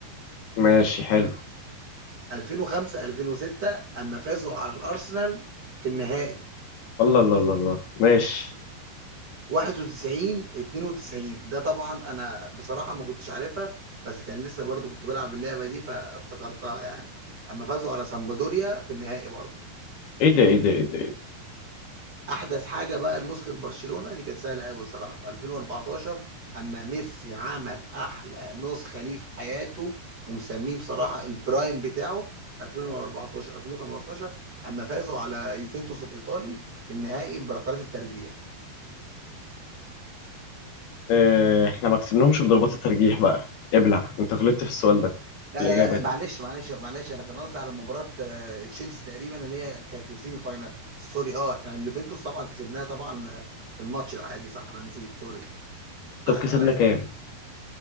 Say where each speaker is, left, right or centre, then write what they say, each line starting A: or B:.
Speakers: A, on the left; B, on the right.
A: ماشي حلو
B: 2005 2006 اما فازوا على الارسنال في النهائي
A: الله الله الله الله ماشي
B: 91 92 ده طبعا انا بصراحة ما كنتش عارفها بس كان لسه برضو كنت بلعب اللعبة دي فافتكرتها يعني اما فازوا على سامبدوريا في النهائي برضو
A: ايه ده ايه ده ايه ده, إيه ده؟
B: احدث حاجه بقى نسخه برشلونه دي كانت سهله قوي صراحه في 2014 اما ميسي عمل احلى نسخه ليه في حياته ومسميه بصراحه البرايم بتاعه 2014 2015 اما فازوا على يوفنتوس الايطالي في النهائي بركلات الترجيح
A: اه احنا ما كسبناهمش بضربات الترجيح بقى ابلع انت غلطت في السؤال ده
B: لا
A: في الإجابة
B: لا لا
A: دي
B: معلش معلش معلش انا كان قصدي على مباراه آه، تشيلسي تقريبا اللي هي كانت السيمي فاينال سوري اه احنا اليوفنتوس طبعا كسبناها طبعا آه، في الماتش العادي صح انا نسيت سوري
A: طب
B: حقك
A: كسبنا
B: عليا
A: كام؟